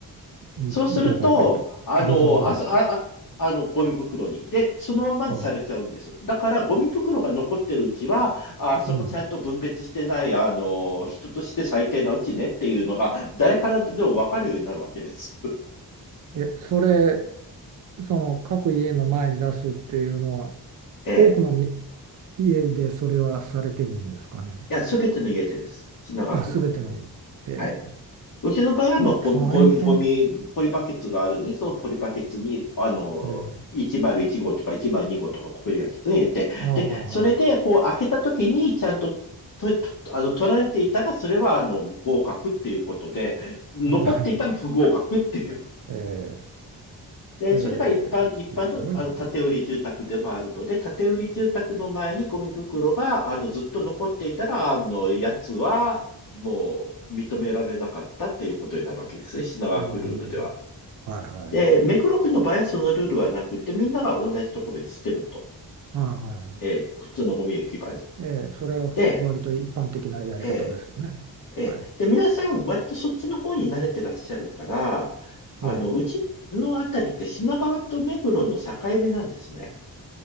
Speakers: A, on the right (about 50°); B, on the left (about 50°).
A: んどこに、
B: そうすると、
A: どどこにですか。
B: あの、あそ、あ、あ、あの、ゴミ袋に。で、そのまんまにされちゃうんです。
A: ああ、
B: だから、ゴミ袋が残ってるうちは、ああそこちゃんと分別してない、
A: うん。
B: あの、人として最低なうちねっていうのが、誰からでもわかるようになるわけです。<laughs>
A: え、それ、その各家の前に出すっていうのは、
B: ええ。
A: 多くのみ家でそれはされてるんですかね。
B: や、すべての家でです。品川区の。
A: あ、すべての家。ええ、
B: はい。うちの場合は、まあ、
A: それ大変。
B: ゴミ、ゴミ、ゴミポリバケツがあるんで、そのポリバケツに、あの、
A: ええ、
B: 101号とか102号とかポリバケツに入れて、
A: ああ、
B: で、
A: は
B: それで、こう、開けた時に、ちゃんと、と、とあの、取られていたら、それは、あの、合格っていうことで、残っていたら不合格っていう
A: あはあええ、
B: で、
A: ええ、
B: それが一般、
A: ええすごいな。
B: 一般の、あの、建売り住宅でもあるので、建売り住宅の前にゴミ袋が、あの、ずっと残っていたら、あの、やつは、もう、認められなかったっていうことになるわけですね。品川区ルールでは。
A: うん。はいはい。
B: で、目黒区の場合はそのルールはなくて、みんなが同じところに捨てると。
A: あはいは
B: えー普通のゴミ置き場に。
A: い。ええ、それはふ割と一般的なやり方ですよね。
B: で、えーえーで、
A: はい。
B: 皆さん、割とそっちの方に慣れてらっしゃるから、あの、
A: ええ、
B: うちのあたりって品川と目黒の境目なんですね。